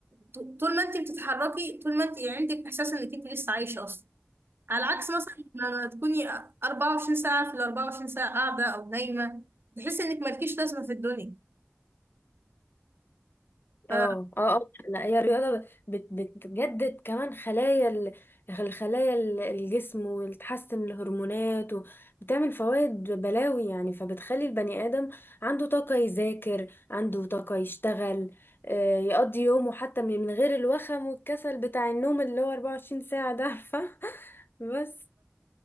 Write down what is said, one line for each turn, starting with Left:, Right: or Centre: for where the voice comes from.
Right: ط- طول ما انت بتتحركي طول ما انت يعني عندك احساس انك انت لسه عايشه اصلا على عكس مثلا لما تكوني 24 ساعة في ال 24 ساعة قاعدة أو نايمة تحسي إنك مالكيش لازمة في الدنيا ف
Left: اه اه اه لا هي الرياضة بت بتجدد كمان خلايا ال- الخلايا ال- الجسم وتحسن الهرمونات وبتعمل فوائد بلاوي يعني فبتخلي البني آدم عنده طاقة يذاكر عنده طاقة يشتغل آه، يقضي يومه حتى من من غير الوخم والكسل بتاع النوم اللي هو 24 ساعة ده عارفة <laughs> بس